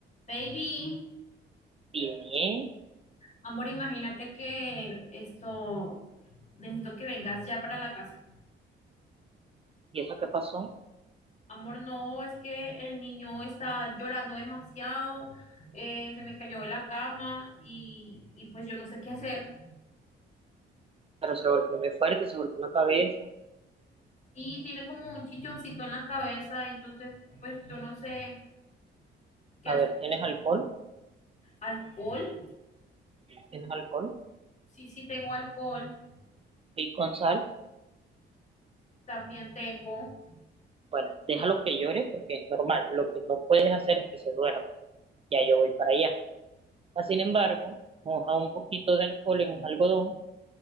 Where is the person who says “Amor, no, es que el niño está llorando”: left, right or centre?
Left